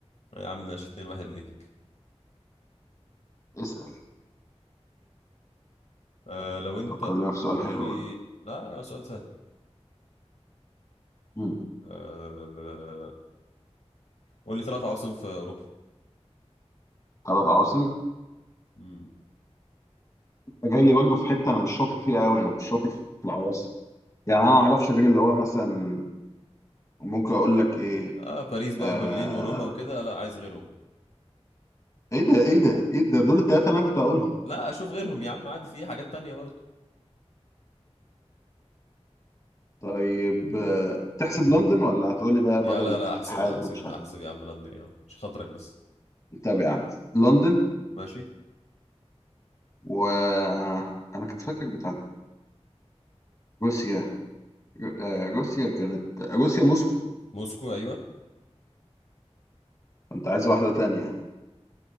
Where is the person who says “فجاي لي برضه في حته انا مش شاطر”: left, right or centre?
Left